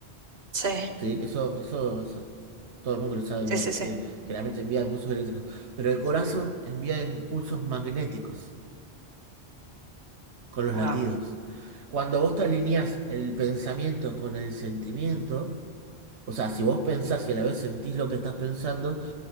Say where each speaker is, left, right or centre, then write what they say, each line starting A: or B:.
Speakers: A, on the right; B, on the right.
A: Sí,
B: ¿Sí? Eso, eso, eso, todo el mundo lo sabe igual,
A: sí, sí, sí.
B: que, que la mente envía impulsos eléctricos. Pero el corazón envía impulsos magnéticos. con los
A: Wow.
B: latidos. Cuando vos te alineás el pensamiento con el sentimiento, o sea, si vos pensás y a la vez sentís lo que estás pensando,